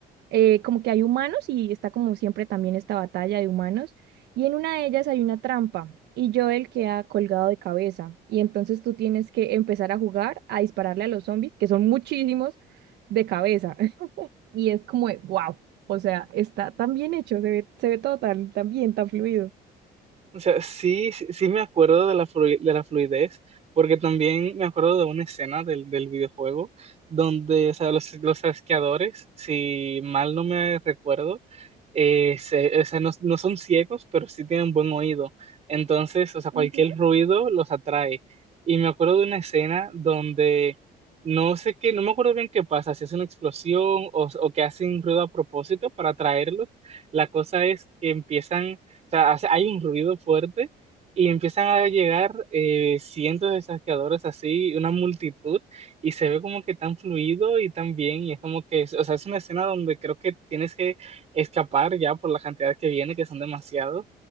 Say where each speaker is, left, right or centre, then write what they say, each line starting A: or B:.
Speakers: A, on the right; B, on the right.
A: eh, como que hay humanos y está como siempre también esta batalla de humanos. Y en una de ellas hay una trampa. Y Joel queda colgado de cabeza. Y entonces tú tienes que empezar a jugar, a dispararle a los zombies, que son muchísimos, de cabeza y es como de, wow, o sea, está tan bien hecho, se ve, se ve todo tan, tan bien, tan fluido.
B: O sea, sí, sí, sí me acuerdo de la, flu- de la fluidez, porque también me acuerdo de una escena del, del videojuego donde, o sea, los, los asqueadores, si mal no me recuerdo, eh, se- o sea, no, no son ciegos, pero sí tienen buen oído. Entonces, o sea, cualquier
A: Ujú,
B: ruido los atrae. Y me acuerdo de una escena donde no sé qué, no me acuerdo bien qué pasa, si es una explosión o, o que hacen ruido a propósito para atraerlos. La cosa es que empiezan o sea, hace- hay un ruido fuerte y empiezan a llegar eh, cientos de saqueadores así, una multitud, y se ve como que tan fluido y tan bien, y es como que, es- o sea, es una escena donde creo que tienes que escapar ya por la cantidad que viene, que son demasiados,